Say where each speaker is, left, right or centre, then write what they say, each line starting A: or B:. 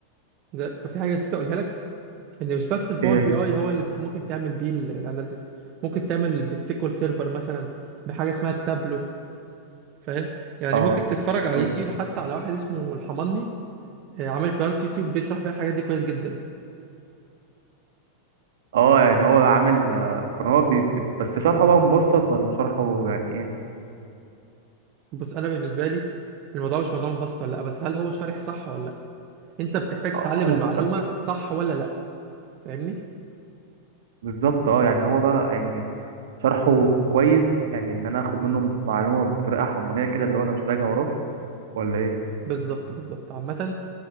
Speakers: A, on the right; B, on the right.
A: ده كان في حاجه نسيت اقولها لك ان مش بس الباور
B: ايه
A: بي
B: هي
A: اي هو اللي بت- ممكن تعمل بيه الاناليسيس ممكن تعمل بالسيكوال سيرفر مثلا بحاجه اسمها التابلو فاهم يعني
B: اه
A: ممكن تتفرج على
B: قول.
A: اليوتيوب حتى على واحد اسمه الحمني آه، عامل قناة يوتيوب بيشرح فيها الحاجات دي كويس جدا
B: اه يعني هو عامل آه، كان هو بي... بي- بس شرحه بقى مبسط ولا شرحه يعني ايه
A: بس انا بالنسبة لي الموضوع مش موضوع مبسط ولا لا بس هل هو شارح صح ولا لا انت بتحتاج
B: اه
A: تتعلم
B: آه، ما
A: المعلومة
B: انا متأكد.
A: صح ولا لا فاهمني
B: بالظبط اه يعني هو بقى يعني شرحه كويس يعني ان انا اخد منه معلومه بطريقه حمانيه كده اللي هو انا مش راجع وراه ولا ايه
A: بالظبط بالظبط عامة